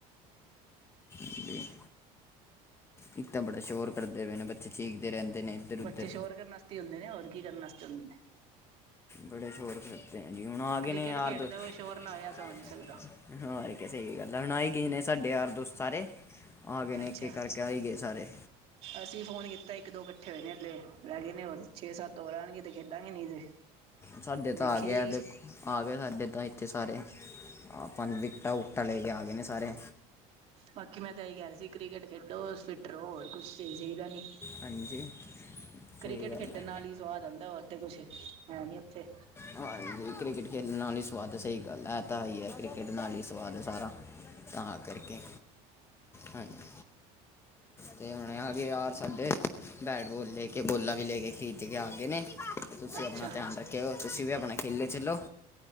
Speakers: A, on the left; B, on the right.
A: ਜੀ ਇੱਕ ਤਾਂ ਬੜਾ ਸ਼ੋਰ ਕਰਦੇ ਪਏ ਨੇ ਬੱਚੇ ਚੀਕਦੇ ਰਹਿੰਦੇ ਨੇ। ਇੱਧਰ
B: ਬੱਚੇ
A: ਉੱਧਰ
B: ਸ਼ੋਰ ਕਰਨ ਆਸਤੇ ਈ ਹੁੰਦੇ ਨੇ ਹੋਰ ਕੀ ਕਰਨ ਆਸਤੇ ਹੁੰਦੇ ਨੇ?
A: ਬੜੇ ਸ਼ੋਰ ਕਰਦੇ ਜੀ ਹੁਣ ਆ ਗਏ
B: ਕ੍ਰਿਕਟ
A: ਨੇ ਯਾਦ
B: ਖੇਡਦਾ
A: <unintelligible>
B: ਹੋਏ ਸ਼ੋਰ ਨਾ ਹੋਏ ਐਸਾ ਹੋ ਨਹੀਂ ਸਕਦਾ।
A: ਸਾਡੇ ਯਾਰ ਦੋਸਤ ਸਾਰੇ। ਆ ਗੇ ਨੇ
B: ਅੱਛਾ।
A: ਇੱਕ- ਇਕ ਕਰਕੇ ਆ ਈ ਗਏ ਸਾਰੇ।
B: ਅਸੀਂ ਫੋਨ ਕੀਤਾ ਇੱਕ ਦੋ ਇਕੱਠੇ ਹੋਏ ਨੇ ਹੱਲੇ ਰਹਿ ਗਏ ਨੇ ਛੇ ਸੱਤ ਹੋਰ ਆਣਗੇ ਤੇ ਖੇਡਾਂਗੇ ਨਹੀ ਤੇ
A: ਸਾਡੇ ਤਾਂ
B: ਦੇਖੀ
A: ਆ ਗਿਆ
B: ਜਾਏਗੀ
A: ਦੇਖੋ ਆ ਗਿਆ ਸਾਡੇ ਤਾਂ ਇੱਥੇ ਸਾਰੇ। ਆਪਾਂ ਵਿਕਟਾ ਵੁਕਟਾਂ ਲੈ ਕੇ ਆ ਗਏ ਨੇ ਸਾਰੇ।
B: ਬਾਕੀ ਮੈਂ ਤਾਂ ਇਹੀ ਕਹ ਰਹੀ ਸੀ ਕ੍ਰਿਕਟ ਖੇਡੋ ਫਿਟ ਫਿੱਟ ਰਹੋ ਹੋਰ ਕੁਛ ਚਾਹੀਦਾ ਨੀ,
A: ਹਾਂਜੀ
B: ਕ੍ਰਿਕਟ
A: ਸਹੀ ਗੱਲ
B: ਖੇਡਣ
A: ਹੈ
B: ਨਾਲ ਈ ਸਵਾਦ ਆਂਦਾ ਬੱਸ। ਤੇ ਕੁਛ ਹੈ ਨਹੀਂ ਇੱਥੇ।
A: ਹਾਂ ਜੀ ਕ੍ਰਿਕਟ ਖੇਡਣ ਨਾਲ ਈ ਸਵਾਦ ਸਹੀ ਪੈਂਦਾ ਆਂਦਾ ਈ ਹੈ ਕ੍ਰਿਕਟ ਨਾਲ ਈ ਸਵਾਦ ਸਾਰਾ।
B: <inaudible>
A: ਤਾਂ ਕਰਕੇ, ਹਾਂਜੀ- ਤੇ ਹੁਣ ਆ ਗਏ ਯਾਰ ਸਾਡੇ ਬੈਟ-ਬੋਲ ਲੇ ਕੇ ਬੋਲਾਂ ਵੀ ਕੇ ਕੇ ਖਰੀਦ ਕੇ ਆ ਗਏ ਨੇ- ਤੁਸੀਂ
B: ਅੱਛਾ
A: ਆਪਣਾ ਧਿਆਨ ਰੱਖਿਓ ਤੁਸੀਂ ਵੀ ਆਪਣਾ ਖੇਲੇੇ ਚੱਲੋ।